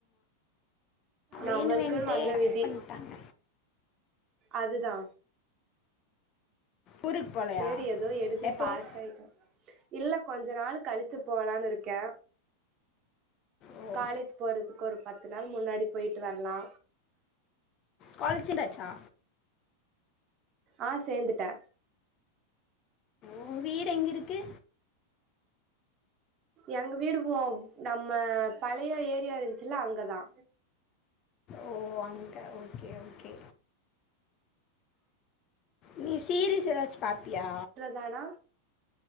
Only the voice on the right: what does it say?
நம்மளுக்குன்னு
வந்த விதி
அதுதா
சேரி ஏதோ எழுதி
பாசாயிட்டோ
இல்ல கொஞ்ச நாள் கழிச்சு போலான்னு இருக்கே
காலேஜ் போறதுக்கு ஒரு பத்து நாள் முன்னாடி பொயிட்டு வரலா
ஆ சேந்துட்டே
எங்க வீடு போவு நம்ம பழைய ஏரியா இருந்துச்சுல்ல அங்கதா
நானா